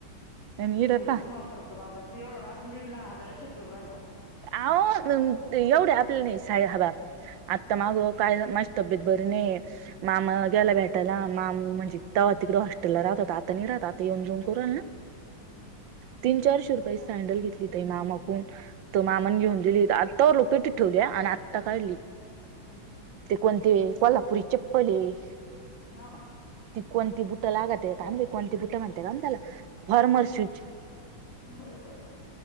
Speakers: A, on the right; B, on the left.
A: आणि
B: मी
A: इड
B: मसून
A: पहा
B: वापरतो बाबा तू एवढढा असून दिडला. हजाराच्या गेर आला <inaudible>
A: अहो एवढ्या आपल्या सा हवा आत्ता माग काय माझ तब्येत बर त नाही. मामा गेला भेटायला मामी म्हणजे्हा तिकडे हॉस्टेलला राहत होता आता नाही राहत आता येऊन जाऊन करूल ना,
B: ह
A: तीन चारशे रुपया सँडल घेतली त मामाकून. त मामानी घेऊन दिली आता रोपेटी ठेवली आणि आत्ता काळली
B: हम्म.
A: ते कोणते कोल्हापुरी चप्पले आहे.
B: नव
A: त कोणती बुट लागत कान ब कोणती बुट म्हणतेे कातला फारमर स्विच.
B: बरों बरो ब.